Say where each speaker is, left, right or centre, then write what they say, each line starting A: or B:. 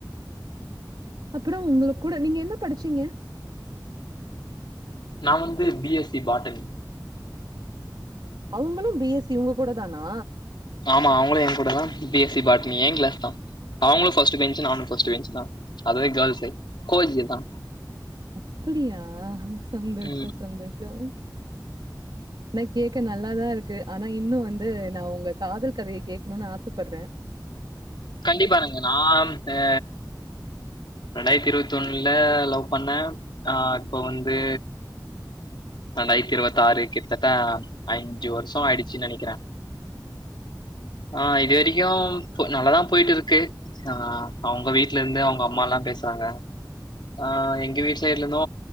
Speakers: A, on the right; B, on the left.
A: அப்புறம் உங்களு கூட நீங்க என்ன படிச்சீங்க
B: நா வந்து பி எஸ் சி பாட்டனி
A: அவுங்களு பி எஸ் சி உங்க கூட தானா
B: ஆமா அவுங்களு எ கூட தா பி எஸ் சி பாட்னி எ கிளாஸ் தா அவுங்களு ஃபர்ஸ்ட் பெஞ்சு நானு ஃபர்ஸ்ட் பெஞ்சுதா அதர்வே கேர்ள்ஸே கோ ஏஜ் தா
A: அப்டியா சந்தோஷோ
B: ம்
A: சந்தோஷோ ஆனா கேக்க நல்லா தா இருக்கு ஆனா இன்னு வந்து நா ஒங்க காதல் கதைய கேக்கணுனு ஆசைபட்ற
B: கண்டிப்பா எனக்கு நா ஹே ரெண்டாயிரத்தி இருபத்தி ஒன்னுல லவ் பண்ண ஆ இப்ப வந்து ரெண்டாயிரத்தி இரவத் ஆறு கிட்டத்தட்ட அஞ்சு வருஷோ ஆயிடுச்சு நெனைக்கிற ஆ இது வரைக்கு நல்லதா போயிட்டு இருக்கு ஆ அவுங்க வீட்ல இருந்து அவுங்க அம்மா எல்லா பேசுறாங்க ஆ எங்க வீட்டு சைட்ல இருந்து